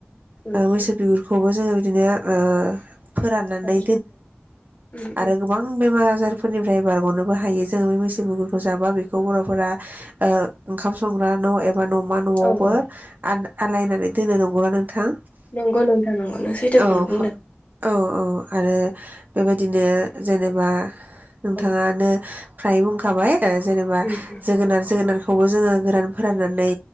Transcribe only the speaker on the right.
ओ
मोसौ बिगुरखौबो जोङो बिदिनो फोराननानै
आरो
गोबां बेमार बाजारफोरनिफ्राय बारग'नोबो हायो जों बे मैस मुगुरखौ जाबा बेखौ बर'फोरा ओ ओंखाम संग्रा न' एबा बा न'मा न'आवबो
आ आलायनानै दोननो नंगौना नोंथां?
औ
औ औ आरो बेबायदिनो जेनेबा नोंथाङानो
फ्राय बुंखाबाय जेनेबा
जोगोनार जोगोनार जोगोनारखौ बेखौबो जोङो गोरान फोराननानै